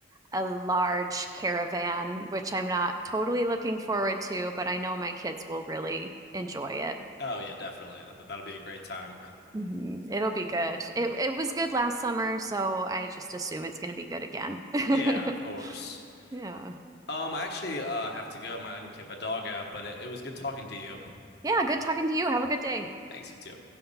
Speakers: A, on the right; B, on the left.
A: a large caravan, which I'm not totally looking forward to, but I know my kids will really enjoy it.
B: Oh yeah, definitely. That, that'll be a great time.
A: Mhm. It'll be good. It it was good last summer, so I just assume it's going to be good again. <laughs>
B: Yeah, of course.
A: Yeah.
B: Um, I actually uh have to go. My, I need to take my dog out, but it, it was good talking to you.
A: Yeah, good talking to you. Have a good day.
B: Thanks, you too.